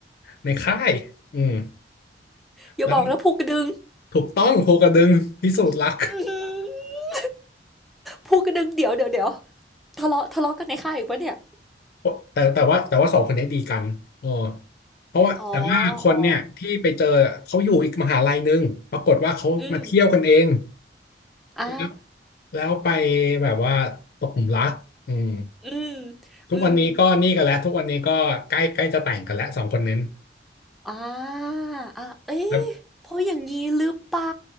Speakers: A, on the left (about 55°); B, in the centre.
A: ในค่ายอืม
B: อย่าบอกนะภูกระดึง
A: แล้วถูกต้องภูกระดึงพิสูจน์รัก
B: <laughs> อื้อหือภูกระดึงเดี๋ยวเดี๋ยวเดี๋ยวทะเลาะทะเลาะกันในค่ายอีกปะเนี่ย
A: <laughs> แต่แต่ว่าแต่ว่าสองคนนี้ดีกันโอ้เพราะว่าแต่ว่าคนเนี่ยที่ไปเจอเขาอยู่อีกมหาลัยหนึงปรากฏว่าเขามาเที่ยวกันเอง
B: อ๋ออ๋ออืมอ่า
A: แล้วแล้วไปแบบว่าตกหลุมรักอืม
B: อืม
A: ทุกวันนี้ก็นี่กันแล้วทุกวันนี้ก็ใกล้ใกล้จะแต่งกันแล้วสองคนนั้น
B: อืมอ่าอ่ะเอ๊ะเพราะอย่างนี้หรือเปล่า
A: แล้ว